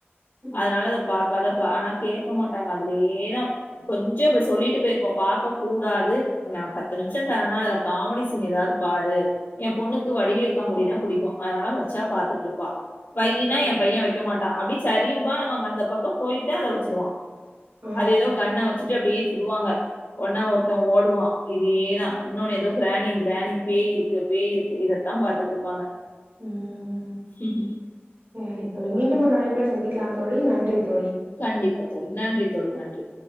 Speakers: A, on the right (about 85°); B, on the left (about 75°).
A: ம்.
B: அதனால அத பாக்காதம்பா ஆனா கேக்க மாட்டாங்க அதுலயேதா கொஞ்ச இப்டி சொல்லிட்டு போயிருப்போ பாக்க கூடாது நா பத்து நிமிசோ தரேனா அதுல காமெடி சீன் ஏதாவது பாரு ஏ பொண்ணுக்கு
A: ம்.
B: வடிவேல் காமெடின்னா பிடிக்கு அதனால வச் சா
A: ம்.
B: பாத்துட்டு இருப்பா வைய்ன்னா
A: நல்லது.
B: ஏ பையே வைக்க மாட்டா அப்டி சரிம்பா நம்ம அந்த பக்கோ போயிட்டா அத வச்சிருவா
A: ஆ.
B: அது ஏதோ கன்ன வச்சு அப்டியே சுடுவாங்க ஒண்ணே ஒருத்தே ஓடுவா இதேதா இன்னொன்னு ஏதோ கிராணி கிராணி பேய் இருக்கு பேய் இருக்கு இதத்தா பாத்துட்டு இருப்பாங்க
A: ம் ம்
B: ம்ம்
A: சேரி தோழி மீண்டும் ஒரு அழைப்புல சந்திக்கலா தோழி நன்றி தோழி
B: கண்டிப்பா தோழி நன்றி தோழி நன்றி